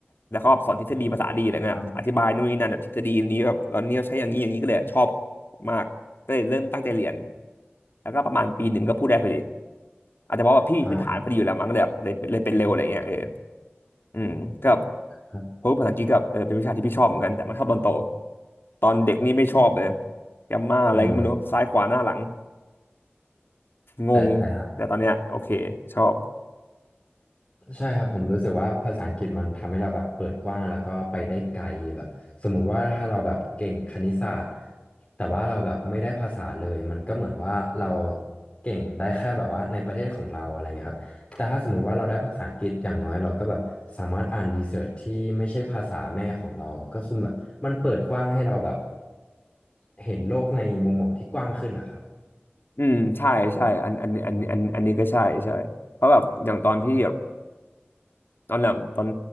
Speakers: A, on the left; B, on the left.
A: แล้วเขาแบบสอนทฤษฎีภาษาดีอะไรเงี้ยอธิบายนู่นนี่นั่นแบบทฤษฎีนี้แบบตอนนี้เราใช้อย่างนี้อย่างนี้ก็เลยชอบ
B: อ่า
A: มากก็เลยเริ่มตั้งใจเรียนแล้วก็ประมาณปีหนึ่งก็พูดได้พอดีอาจจะเพราะว่าพี่มีพื้นฐานพอดีอยู่แล้วมั้งเลยแบบเลยเลยเป็นเร็วอะไรเงี้ยเออ
B: อ่า
A: อืมก็
B: ครับ
A: เพราะว่าภาษาอังกฤษกับเออเป็นวิชาที่พี่ชอบเหมือนกันแต่มาชอบตอนโตตอนเด็กนี่ไม่ชอบเลยแกมมาอะไรก็ไม่รู้ซ้ายขวาหน้าหลัง
B: อืม
A: งงแต่ตอนเนี้ยโอเคชอบ
B: แต่แต่ ใช่ครับผมรู้สึกว่าภาษาอังกฤษมันทำให้เราแบบเปิดกว้างแล้วก็ไปได้ไกลแบบสมมุติว่าถ้าเราแบบเก่งคณิตศาสตร์แต่ว่าเราแบบไม่ได้ภาษาเลยมันก็เหมือนว่าเราเก่งได้แค่แบบว่าในประเทศของเราอะไรเงี้ยครับแต่ถ้าสมมุติว่าเราได้ภาษาอังกฤษอย่างน้อยเราก็แบบสามารถอ่านรีเสิร์ชที่ไม่ใช่ภาษาแม่ของเราก็คือแบบมันเปิดกว้างให้เราแบบเห็นโลกในมุมมองที่กว้างขึ้นนะครับ
A: อืมใช่ใช่อันอันอันอันอันนี้ก็ใช่ใช่เพราะแบบอย่างตอนพี่แบบตอนแบบตอน